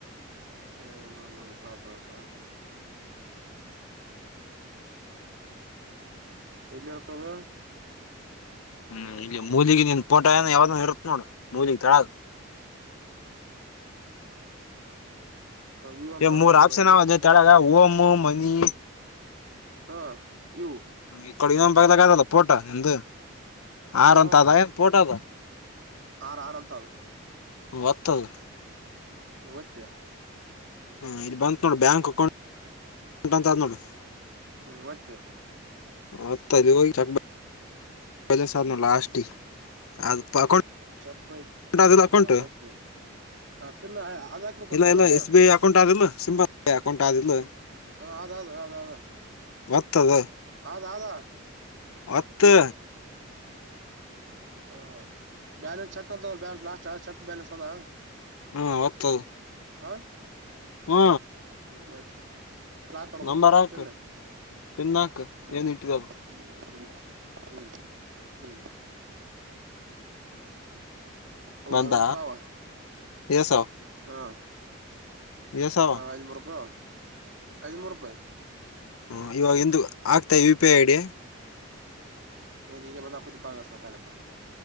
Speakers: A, on the right (about 55°); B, on the left (about 85°).
A: ಹಾ ನೋಡಿ ನೋಡಿ ತಾಳಪಾಯಪ್ಪ ಎಲ್ಲಿರ್ತದ
B: ಹ್ಮ್ ಈ ಮೂಲಿಗೆ ನೀನ್ ಪೋಟೋ ಏನ ಯಾವ್ದ ಇರುತ್ ನೋಡ ಮೂಲಿಗ್ ತೆಳಗ
A: ಇವು ಅಂತ
B: ಎ ಮೂರ್
A: ಅದ
B: ಆಪ್ಷನ್
A: ಬಂದೆ
B: ಅವೆ ಕೆಳಗ ಹೊಮ್ ಮನಿ
A: ಹಾ ಇವು
B: ಈ ಕಡೆ ಇನ್ನೊಂದು ಭಗದಾಗ ಅದಲ್ಲ ಪೋಟ ನಿಮ್ದ ಆರ್
A: ಹ
B: ಅಂತ ಅದ ಏನ್ ಪೋಟ ಅದ
A: ಆರ್ ಆರ್ ಅಂತ ಅದ
B: ಹ್ಮ್ ಒತ್ ಅದು
A: ಹು ಒತುದೆ
B: ಹಾ ಇಲಿ ಬಂತ ನೋಡಿ ಬ್ಯಾಂಕ್ ಅಕೌಂಟ್ ಅಂತ ಅದ್ ನೋಡು
A: ಹ್ಮ್ ಒತುದೆ
B: ಹತ್ತದು ಚಕ್ಬ <unintelligible> ಪ್ರಜ ಸಾಧನ ಲಾಸ್ ಅದು ಪಕೊಂಡ <unintelligible>
A: ಚೆಕ್ ಬೈಕ್
B: ಅಕೌಂಟ್ ಆದಿಲ್ಲ ಅಕೌಂಟ್
A: ಹ ಒತ್ತಿದೆ ಪಿನ್ ಅದ ಹಾಕ್ಬೇಕಲ್
B: ಇಲ್ಲ
A: ಪಿನ್
B: ಇಲ್ಲ
A: ಅದು
B: ಎಸ್ ಬಿ ಐ ಅಕೌಂಟ್ ಆದಿಲ್ಲ ಎಸ್ ಬಿ ಐ ಅಕೌಂಟ್ ಯಾವ್ದು ಇಲ್ಲೋ
A: ಹ ಅದ ಅದು ಅದ ಅದ
B: ಒತ್ ಅದ
A: ಅದ್ ಅದ
B: ಓತ್ತು
A: ಹ ಬ್ಯಾಲೆನ್ಸ್ ಚೆಕ್ ಅಂತ ಬ್ಯಾಲ ಲಾಸ್ಟ್ ಚಕ್ ಬ್ಯಾಲೆನ್ಸ್ ಅದ
B: ಹ್ಮ್ ಒತದು
A: ಆ
B: ಹ್ಮ
A: ಹ್ಮ ಒತುದೆ ಲಾಕ್ ಕೋಡ್ಬೇಕು
B: ನಂಬರ್ ಹಾಕ್
A: ಪಿನ್
B: ಪಿನ್ ಹಾಕ್
A: ಹ್ಮ
B: ಏನ್ ಇಟ್ಟಿದವ
A: ಹ್ಮ ಹ್ಮ್ ಹ್ಮ್ ಹ್ಮ್
B: ಬಂದ
A: ರೋಕ್ಕಾವ
B: ಏಸಾವ್
A: ಹಾ
B: ಏಸಾವ
A: ಹ ಐದನೂರು ರೂಪಾಯ ಐದನೂರು ರೂಪಾಯಿ
B: ಹ ಇವಾಗ ಇಂದು ಆಗ್ತಾ ಯು ಪಿ ಐ ಐಡಿ
A: ನೀರೆೇ ಬಂದಾ ಕುು ಪಾಗಷ್ಟವಥಲ್ಲಪ್ಪ <unintelligible>